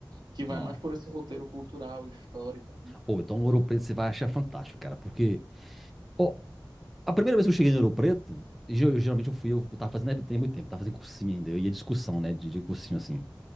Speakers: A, on the right; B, in the centre.
A: que vai
B: Não.
A: mais por esse roteiro cultural, histórico, né?
B: Ou então o Ouro Preto você vai achar fantástico, cara, porque ó, a primeira vez que eu cheguei no Ouro Preto, ge- eu, geralmente eu fui, eu tava fazendo, né, tem muito tempo, eu tava fazendo cursinho ainda, eu ia discussão, né, de, de cursinho assim.